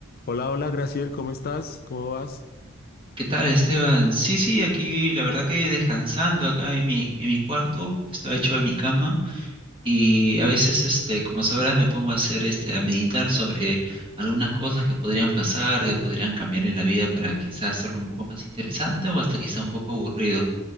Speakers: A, on the left; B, on the right.
A: Hola, hola, Graciel, ¿cómo estás? ¿Cómo vas?
B: ¿Qué tal, Esteban? Sí, sí, aquí la verdad que descansando acá en mi, en mi cuarto, estaba hecho en mi cama y a veces, este, como sabrás, me pongo a hacer, este, a meditar sobre algunas cosas que podrían pasar, que podrían cambiar en la vida para quizás hacerlo un poco más interesante o hasta quizá un poco aburrido.